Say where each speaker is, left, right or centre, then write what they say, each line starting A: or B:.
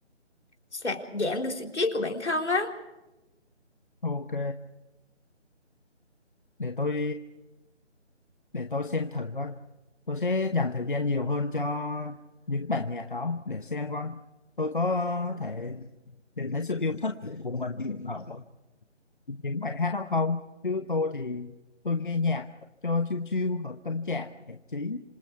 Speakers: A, on the left; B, on the left.
A: sẽ giảm được stress của bản thân á
B: ok để tôi để tôi xem thử coi tôi sẽ dành thời gian nhiều hơn cho những bản nhạc đó để xem coi tôi có thể tìm thấy sự yêu thích của mình ở những bài hát đó không chứ tôi thì tôi nghe nhạc cho chill chill hợp tâm trạng giải trí